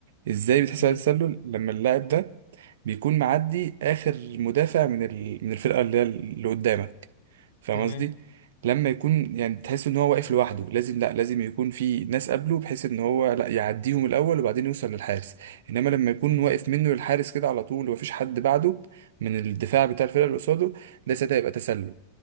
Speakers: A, on the right; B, on the left.
A: ازاي بيتحسب
B: مم.
A: عليه تسلل لما اللاعب ده بيكون معدي اخر مدافع من ال... من الفرقه اللي هي اللي قدامك فاهم
B: تمام
A: قصدي لما يكون يعني تحس ان هو واقف لوحده لازم لا لازم يكون في ناس قبله بحيث ان هو لا يعديهم الاول وبعدين يوصل للحارس انما لما يكون
B: تمام
A: واقف منه للحارس كده على طول ومفيش حد بعده من الدفاع بتاع الفرقه اللي قصاده ده ساعتها يبقى تسلل